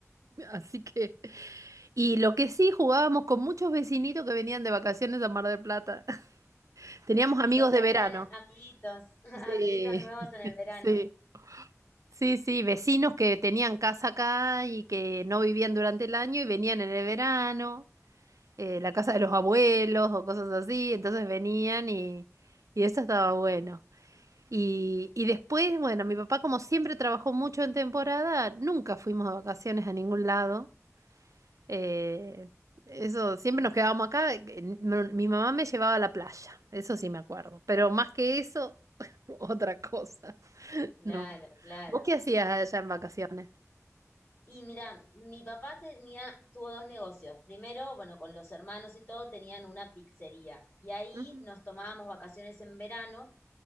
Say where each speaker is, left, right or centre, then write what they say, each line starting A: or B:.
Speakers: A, on the right (about 75°); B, on the left (about 50°).
A: Así que, y lo que sí jugábamos con muchos vecinitos que venían de vacaciones a Mar del Plata. <laughs> Teníamos
B: Tipo,
A: amigos
B: se
A: de
B: hacían
A: verano.
B: amiguitos, <laughs>
A: Sí,
B: amiguitos nuevos en el verano.
A: sí, sí, sí, vecinos que tenían casa acá y que no vivían durante el año y venían en el verano. eh, la casa de los abuelos o cosas así, entonces venían y, y eso estaba bueno. Y, y después, bueno, mi papá como siempre trabajó mucho en temporada, nunca fuimos de vacaciones a ningún lado. eh, eso, siempre nos quedábamos acá. eh, Mi mi mamá me llevaba a la playa, eso sí me acuerdo, pero más que eso, <laughs> otra cosa. <laughs>
B: Claro,
A: No.
B: claro.
A: ¿Vos qué hacías allá en vacaciones?
B: Y mira, mi papá tenía, tuvo dos negocios. Primero, bueno, con los hermanos y todo, tenían una pizzería. Y ahí
A: Ujú.
B: nos tomábamos vacaciones en verano